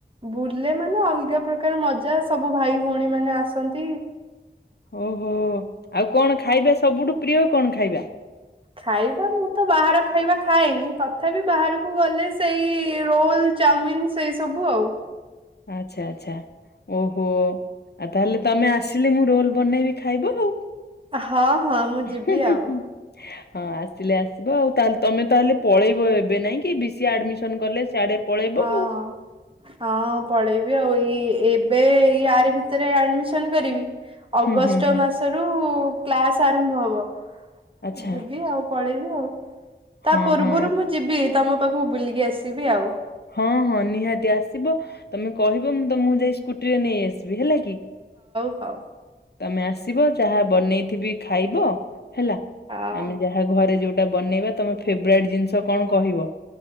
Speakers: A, on the right (about 30°); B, on the left (about 60°).
A: ବୁଲେ ମାନେ ଅଲଗା ପ୍ରକାର ମଜା ସବୁ ଭାଇ ଭୋଉଣୀ ମାନେ ଆସନ୍ତି।
B: ହୋ ହୋ ଆଉ କଣ ଖାଇବା ସବୁଠୁ ପ୍ରିୟ? କଣ ଖାଇବା
A: ଖାଇବା ମୁଁ ତ ବାହାର ଖାଇବା ଖାଏନି ତ ଥାବି ବାହାରକୁ ଗଲେ ସେଇ ରୋଲ୍ ଚାଉମିନ୍ ସେଇ ସବୁ ଆଉ।
B: ଆଚ୍ଛା ଆଚ୍ଛା ଓହୋ ଆ ତାହେଲେ ତମେ ଆସିଲେ ମୁଁ ରୋଲ ବନେଇବି ଖାଇବ? ଆଉ।
A: ଅ ହଁ ହଁ ମୁଁ ଯିବି
B: ହୁଁ ହୁଁ
A: ଆଉ।
B: ହୁଁ ହଁ ଆସିଲେ ଆସିବ ଆଉ ତାହେଲେ ତମେ ତାହେଲେ ପଳେଇବ ଏବେ ନାଇଁ କି ବି ସିଏ ଆଡ଼ମିଶନ୍ କଲେ ଶ୍ୟାଡେ ପଳେଇବ
A: ହଁ।
B: ଆଉ।
A: ହଁ ପଳେଇବି ଆଉ ଏଇ ଏବେ ଏଇ ଆରି ଭିତେରେ ଆଡ଼ମିଶନ୍ କରିବି ଅଗଷ୍ଟ
B: ହୁଁ ହୁଁ ହୁଁ
A: ମାସରୁ କ୍ଲାସ ଆରମ୍ଭ ହବ।
B: ଆଚ୍ଛା
A: ତ ଯିବି ଆଉ ପଳେଇବି ଆଉ ତା
B: ହଁ
A: ପୂର୍ବୁରୁ
B: ହଁ
A: ମୁଁ ଯିବି। ତମ ପାଖୁକୁ ବୁଲିକି ଆସିବି ଆଉ।
B: ହଁ ହଁ ନିହାତି ଆସିବ ତମେ କହିବ ମୁଁ ତମୁକୁ ଯାଇ ସ୍କୁଟିରେ ନେଇ ଆସି ବି ହେଲା କି?
A: ହୋଉ।
B: ତମେ ଆସିବ ଯାହା ବନେଇଥିବି ଖାଇବ ହେଲା
A: ହଁ
B: ଆମେ ଯାହା ଘରେ ଯୋଉ ଟା ବନେଇବା ତମ ଫେବ୍ରାଇଟ୍ ଜିନ୍ସ କଣ କହିବ